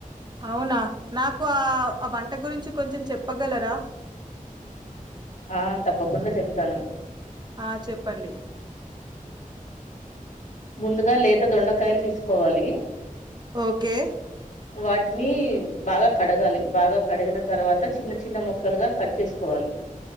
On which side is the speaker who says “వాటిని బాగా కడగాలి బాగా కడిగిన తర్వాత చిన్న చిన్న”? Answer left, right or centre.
Left